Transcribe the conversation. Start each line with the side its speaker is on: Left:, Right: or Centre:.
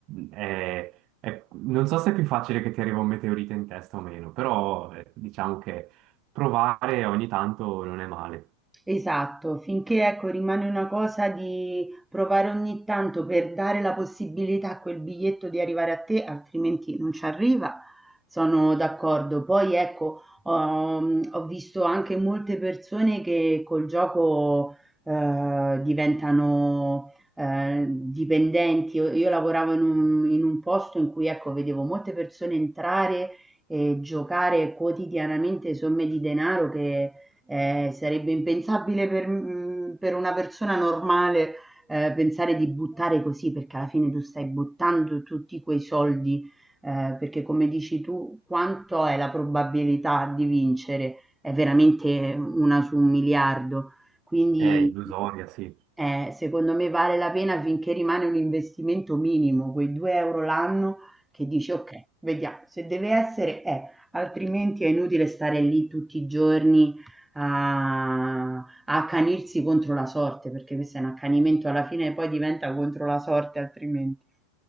Right: è, eh, non so se è più facile che ti arriva un meteorite in testa o meno, però eh, diciamo che provare ogni tanto non è male.
Centre: Esatto, finché ecco rimane una cosa di provare ogni tanto per dare la possibilità a quel biglietto di arrivare a te, altrimenti non ci arriva, sono d'accordo. Poi ecco, ho, ho visto anche molte persone che col gioco eh, diventano eh, dipendenti. Io, io lavoravo in un, in un posto in cui ecco, vedevo molte persone entrare e giocare quotidianamente somme di denaro che Ehm, sarebbe impensabile per mhmm, per una persona normale, ehm, pensare di buttare così, perché alla fine tu stai buttando tutti quei soldi, ehm, perché come dici tu, quanto è la probabilità di vincere? È veramente 1 su 1 miliardo. Quindi
Right: È illusoria, sì.
Centre: eh, secondo me vale la pena finché rimane un investimento minimo, quei 2 euro l'anno che dici ok, vediamo, se deve essere è, altrimenti è inutile stare lì tutti i giorni a, a accanirsi contro la sorte, perché questo è un accanimento alla fine e poi diventa contro la sorte altrimenti.